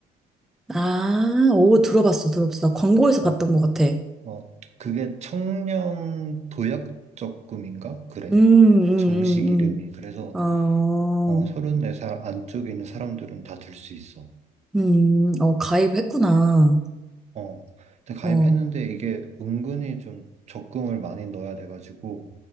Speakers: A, in the centre; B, on the right.
A: 아, 오, 들어봤어, 들어봤어. 나 광고에서
B: 어,
A: 봤던 것 같아. 음,
B: 어, 그게 청년 도약 적금인가? 그래.
A: 음,
B: 정식 이름이.
A: 음,
B: 그래서,
A: 음. 어,
B: 어, 34살 안쪽에 있는 사람들은 다 들 수 있어.
A: 음, 어, 가입했구나.
B: 어, 근데 가입했는데
A: 어,
B: 이게 은근히 좀 적금을 많이 넣어야 돼가지고,